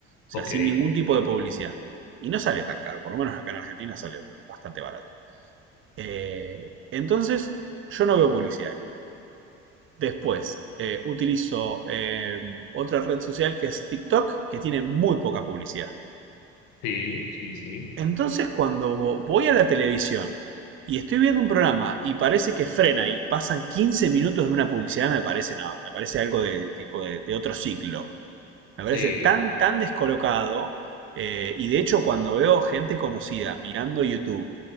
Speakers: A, on the right (about 40°); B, on the left (about 70°).
A: O sea,
B: Ok,
A: sin ningún tipo de publicidad. Y no sale tan caro, por lo menos acá en Argentina sale bastante barato. Eh, entonces, yo no veo publicidad ahí. Después, eh, utilizo eh, otra red social que es TikTok, que tiene muy poca publicidad.
B: sí, sí, sí.
A: Entonces, cuando voy a la televisión y estoy viendo un programa y parece que frena y pasan 15 minutos de una publicidad, me parece no, me parece algo de tipo de, de otro ciclo. Me
B: Sí.
A: parece tan, tan descolocado. eh, y de hecho, cuando veo gente conocida mirando YouTube